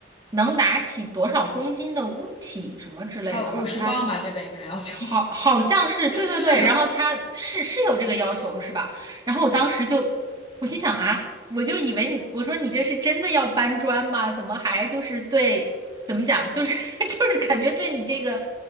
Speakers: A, on the right (about 20°); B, on the left (about 35°).
A: 能拿起多少公斤的物体什么之类的，
B: 呃，
A: 好像他
B: 五十磅吧，这边一般要求。
A: 好好像是对对对，
B: <laughs> 是的，
A: 然后他是是有这个要求是吧？然后我当时就，我心想啊，我就以为你，我说你这是真的要搬砖吗？怎么还就是对，怎么讲，就是 <laughs> 就是感觉对你这个，